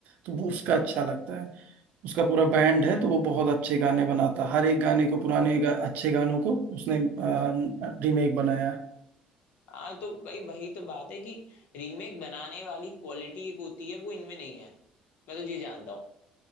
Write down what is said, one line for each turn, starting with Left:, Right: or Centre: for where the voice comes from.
Right: तो वो उसका अच्छा लगता है उसका पूरा बैंड है तो वो बहुत अच्छे गाने बनाता है हर एक गाने को पुराने गा, अच्छे गानों को उसने रीमेक बनाया है।
Left: हाँ तो भाई वही तो बात है कि रीमेक बनाने वाली क्वालिटी एक होती है वो इनमें नहीं है मैं तो ये जानता हूँ